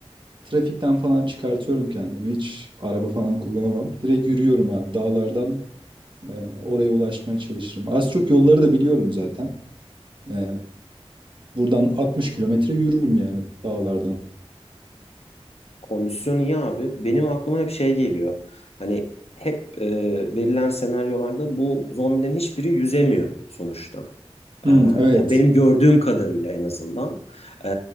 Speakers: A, on the right (about 50°); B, on the left (about 70°).
A: trafikten falan çıkartıyorum kendimi. Hiç araba falan kullanamam. Direkt yürüyorum abi. Dağlardan e, oraya ulaşmaya çalışırım. Az çok yolları da biliyorum zaten. E, buradan 60 kilometre yürürüm yani dağlardan.
B: Kondisyon iyi abi. Benim aklıma hep şey geliyor. Hani hep e, verilen senaryolarda bu zombilerin hiçbiri yüzemiyor sonuçta.
A: Hmm,
B: Ee,
A: evet.
B: yani benim gördüğüm kadarıyla en azından ee,